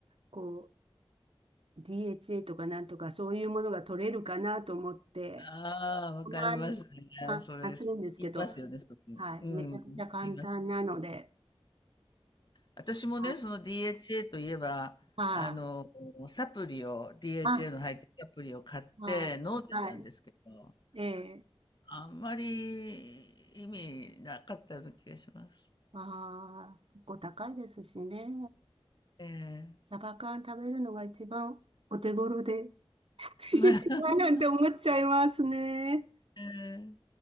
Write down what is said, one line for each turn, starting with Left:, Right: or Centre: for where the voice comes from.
Right: こう、DHA とかなんとかそういうものが取れるかなと思って、
Left: ああ、わかりますね。
Right: たまにか、
Left: それ、
Right: あ、するんですけど、
Left: 言いますよね、特に。
Right: はい。
Left: うん。
Right: めちゃくちゃ簡単なので、
Left: 言います。私もね、
Right: あ、はい
Left: その DHA といえば、
Right: あ、
Left: あの、サプリを、DHA
Right: あ、
Left: の入ったサプリを買って飲んでたんですけど、
Right: あはい。ええ、
Left: あんまり意味なかったような気がします。
Right: ああ、結構高いですしね。
Left: ええ
Right: サバ缶食べるのが一番お手頃で、<laughs>
Left: <laughs>
Right: なんて思っちゃいますね。
Left: ええ